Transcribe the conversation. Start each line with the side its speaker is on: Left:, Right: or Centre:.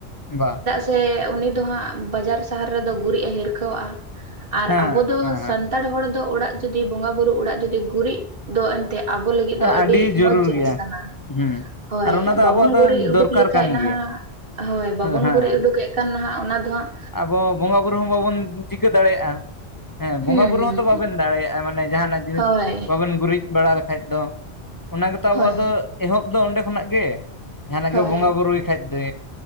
Left: ᱦᱮᱸ ᱵᱟ
Right: ᱛᱮ ᱩᱱᱤ ᱫᱚ ᱦᱟᱸᱜ ᱵᱟᱡᱟᱨ ᱥᱟᱦᱟᱨ ᱨᱮᱫᱚ ᱜᱩᱨᱤᱡᱼ ᱮ ᱦᱤᱨᱠᱷᱟᱹ ᱣᱟᱜ-ᱟ ᱟᱨ
Left: ᱦᱮᱸ
Right: ᱟᱵᱚ ᱫᱚ
Left: ᱦᱮᱸ
Right: ᱥᱟᱱᱼᱼᱼ ᱛᱟᱲ ᱦᱚᱲ ᱫᱚ ᱚᱲᱟᱜ ᱡᱩᱫᱤ ᱵᱚᱸᱜᱟ ᱵᱩᱨᱩ ᱚᱲᱟᱜ ᱡᱩᱫᱤ ᱜᱩᱨᱤᱡ ᱫᱚ ᱮᱱᱛᱮᱜᱼᱼ ᱟᱵᱚ ᱞᱟᱹᱜᱤᱫ
Left: ᱦᱮᱸ
Right: ᱫᱚ ᱟᱹᱰᱤ
Left: ᱡᱟᱹᱨᱩᱲ
Right: ᱢᱚᱡᱽ ᱡᱤᱱᱤᱥ
Left: ᱜᱮᱭᱟ
Right: ᱠᱟᱱᱟ᱾
Left: ᱦᱩᱸ
Right: ᱦᱚᱭ
Left: ᱟᱨ ᱚᱱᱟ ᱫᱚ
Right: ᱵᱟᱵᱚᱱ
Left: ᱟᱵᱚᱣᱟᱜ ᱫᱚ
Right: ᱜᱩᱨᱤᱡ ᱩᱰᱩᱠ
Left: ᱫᱚᱨᱠᱟᱨ
Right: ᱞᱮᱠᱷᱟᱡ
Left: ᱠᱟᱱ
Right: ᱱᱟᱦᱟᱸᱜ
Left: ᱜᱮᱭᱟ
Right: ᱦᱚᱭ ᱵᱟᱵᱚᱱ
Left: ᱦᱮᱸ
Right: ᱜᱩᱨᱤᱡ ᱩᱰᱩᱠᱮᱜᱼᱼ ᱠᱷᱟᱱ ᱱᱟᱦᱸᱟᱜ ᱚᱱᱟ ᱫᱚ ᱦᱟᱸᱜᱼᱼ
Left: ᱟᱵᱚ ᱵᱚᱸᱜᱟ ᱵᱩᱨᱩ ᱦᱚᱸ ᱵᱟᱵᱚᱱ ᱪᱤᱠᱟᱹ ᱫᱟᱲᱮᱭᱟᱜ-ᱟ᱾ ᱦᱮᱸ ᱵᱚᱸᱜᱟ
Right: ᱦᱩᱸ
Left: ᱵᱩᱨᱩ
Right: ᱦᱩᱸ
Left: ᱦᱚᱸᱛᱚ ᱵᱟᱵᱮᱱ ᱫᱟᱲᱮᱭᱟᱜ-ᱟ ᱢᱟᱱᱮ ᱡᱟᱦᱟᱸ ᱱᱟᱜ ᱡᱤᱱᱤᱥ
Right: ᱦᱳᱭ
Left: ᱵᱟᱵᱮᱱ ᱜᱩᱨᱤᱡ ᱵᱟᱲᱟ ᱞᱮᱠᱼᱼ ᱠᱷᱟᱡ ᱫᱚ ᱚᱱᱟ ᱜᱮᱛᱚ ᱟᱵᱚᱣᱟᱜ
Right: ᱦᱳᱭ
Left: ᱫᱚ ᱮᱦᱚᱵ ᱫᱚ ᱚᱸᱰᱮ ᱠᱷᱚᱱᱟᱜ ᱜᱮ᱾ ᱡᱟᱦᱟᱸ ᱱᱟᱜ
Right: ᱦᱳᱭ
Left: ᱜᱮ ᱵᱚᱸᱜᱟ ᱵᱩᱨᱩᱭ ᱠᱷᱟᱡ ᱛᱮ